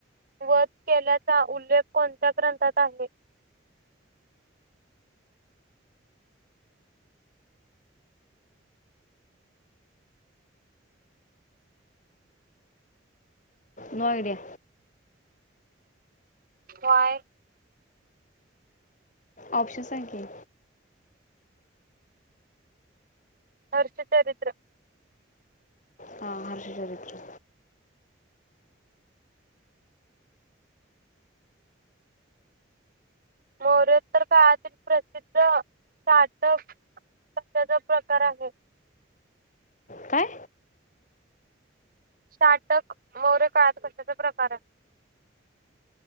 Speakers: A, on the right (about 45°); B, on the left (about 40°).
A: वध केल्याचा उल्लेख कोणत्या ग्रंथात आहे
B: मोरडिया
A: व्हाय
B: ऑप्शन सांग की
A: हर्ष चरित्र
B: हा हर्ष चरित्र
A: मौर्योत्तर काळातील प्रसिद्ध साटक कश्याचा प्रकार आहे
B: काय
A: साटक मौर्य काळात कशाचा प्रकार आहे